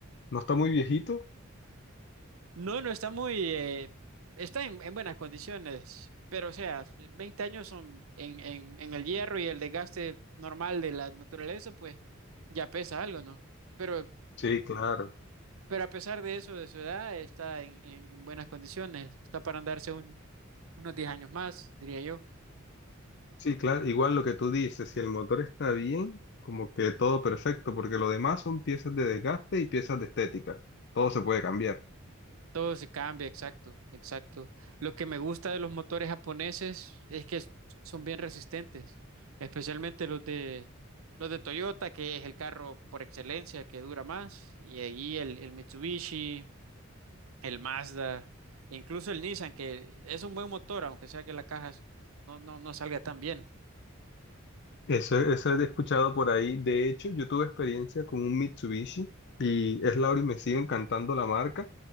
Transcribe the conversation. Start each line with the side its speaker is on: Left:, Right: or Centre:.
Left: ¿No está muy viejito?
Right: No, no está muy, eh, está en, en buenas condiciones, pero o sea, 20 años son en, en, en el hierro y el desgaste normal de la naturaleza, pues ya pesa algo, ¿no? Pero,
Left: Sí, claro.
Right: pero a pesar de eso, de su edad, está en, en- en buenas condiciones, está para andarse un- unos 10 años más, diría yo.
Left: Sí, claro, igual lo que tú dices, si el motor está bien, como que todo perfecto, porque lo demás son piezas de desgaste y piezas de estética. Todo se puede cambiar.
Right: Todo se cambia, exacto, exacto. Lo que me gusta de los motores japoneses es que s- son bien resistentes, especialmente los de los de Toyota, que es el carro por excelencia que dura más, y ahí el, el Mitsubishi, el Mazda, incluso el Nissan, que es un buen motor, aunque sea que la caja s- no, no, no salga tan bien.
Left: Eso, eso he escuchado por ahí. De hecho, yo tuve experiencia con un Mitsubishi y es la hora y me sigue encantando la marca.